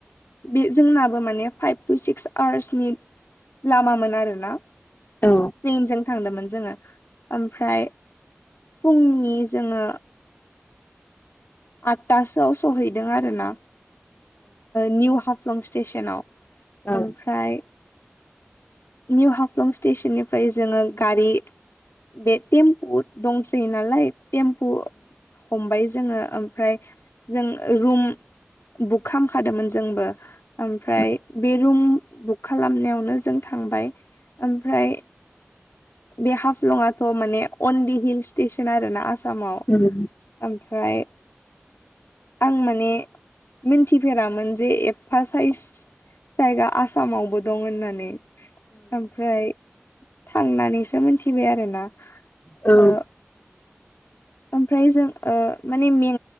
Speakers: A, on the left; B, on the left.
A: बे जोंनाबो माने फाइभ टु सिक्स आवार्सनि लामामोन आरोना
B: औ।
A: ट्रेनजों थांदोंमोन जोङो ओमफ्राय फुंनि जोङो आठथासोआव सहैदों आरोना निउ हाफ हम स्टेसनाव
B: औ
A: ओमफ्राय निउ हाफ्लं स्टेसननिफ्राय जोङो गारि बे टेम्पु दंसै नालाय टेम्पु हमबाय जोङो ओम ओमफ्राय जों रुम बुक खामखादोंमोन जोंबो ओमफ्राय
B: औ
A: बे रुम बुक खालामनायावनो जों थांबाय ओमफ्राय बे हाफ्लंयाथ' माने अन डि हिल स्टेसन आर ना आसामाव।
B: उम उम
A: ओमफ्राय आं माने मिनथिफेरामोन जे एफा साइज जायगा आसामावबो दं होननानै। ओमफ्राय थांनानैसो मोनथिबाय आरोना
B: औ।
A: ओ ओमफ्राय जों ओ माने में